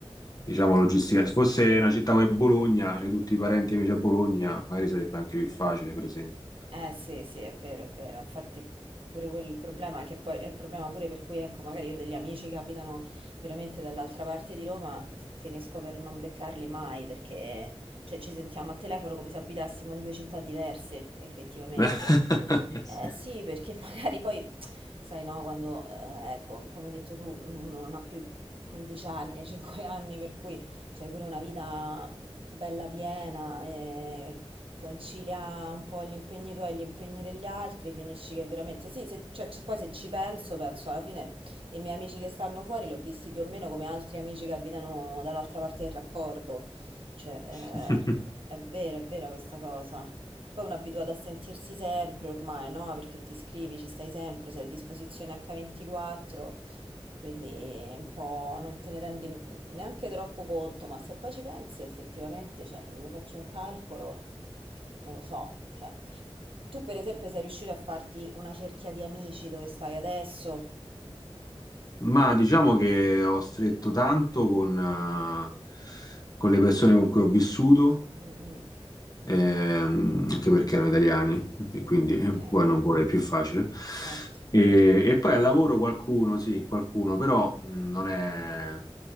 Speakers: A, on the left; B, on the right.
A: diciamo
B: Eh,
A: logistica. Se fosse una città come Bologna, c'hai tutti i parenti e amici a Bologna, magari sarebbe anche più facile, per esempio.
B: Eh sì, sì, è vero, è vero. Infatti pure quel il problema che poi è il problema pure per cui ecco, magari io ho degli amici che abitano veramente dall'altra parte di Roma finisco per non beccarli mai perché cioè, ci sentiamo a telefono come se abitassimo in due città diverse, effettivamente.
A: <laughs>
B: Eh sì, perché <laughs> magari poi sai no, quando eh, ecco, come hai detto tu, uno non ha più 15 anni, <laughs> 5 anni, per cui c'hai pure una vita bella piena e concilia un po' gli impegni tuoi e gli impegni degli altri, finisci che veramente sì, se, cioè, c- poi se ci penso, penso alla fine i miei amici che stanno fuori li ho visti più o meno come altri amici che abitano dall'altra parte del raccordo, cioè eh,
A: Sì.
B: è vero, è vera questa cosa. Poi uno è abituato a sentirsi sempre ormai, no? Perché ti scrivi, ci stai sempre, sei a disposizione H24. Quindi un po' non te ne rendi neanche troppo conto, ma se poi ci pensi effettivamente, cioè, mi faccio un calcolo, non lo so, cioè, tu per esempio sei riuscito a farti una cerchia di amici dove stai adesso?
A: Ma diciamo che ho stretto tanto con, eh, con le persone con cui ho vissuto
B: Mm, mm,
A: ehm, anche perché erano italiani e
B: mm,
A: quindi eh,
B: ok,
A: poi non vuole più facile.
B: certo.
A: E, e poi al lavoro qualcuno, sì, qualcuno, però mh, non è,